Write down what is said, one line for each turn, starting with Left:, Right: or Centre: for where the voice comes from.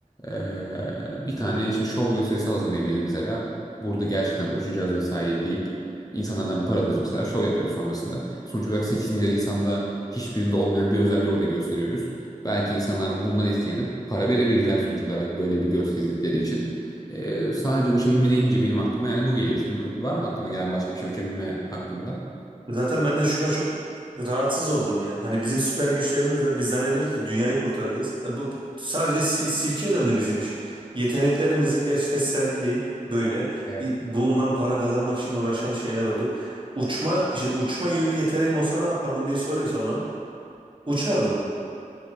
Left: Ee, bir tane işte şov gösterisi hazırlayabiliriz mesela. Burada gerçekten uçacağız vesaire deyip insanlardan para alırız mesela şov yaparız sonrasında. Sonuç olarak 8 milyar insanda hiçbirinde olmayan bir özelliği orada gösteriyoruz. Belki insanlar bundan etkilenip para verebilirler sonuç olarak böyle bir gösterdikleri için. Ee, sadece uçabilme deyince benim aklıma yani bu geliyor. Senin var mı aklına gelen başka bir şey uçabilme hakkında?
Right: Zaten ben de şuna çok rahatsız oldum ya. Hani bizim süper güçlerimiz var. Biz zannediyoruz ki dünyayı kurtaracağız. E bu sadece si- sirke döndü bizim iş. Yeteneklerimizi gerçekten sergileyip böyle
Left: Evet.
Right: i- bundan para kazanmak için uğraşan şeyler olduk. Uçma, işte uçma gibi bir yeteneğim olsa ne yapardım diye soruyorsan bana. Uçardım.